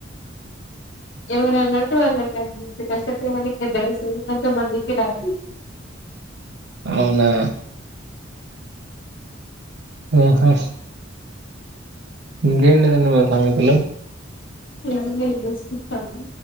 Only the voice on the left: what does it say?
ఎవరు కనపడొతే వాళ్ళకి <unintelligible> కొంతమందికి రాదు
ఏం లేదు శికం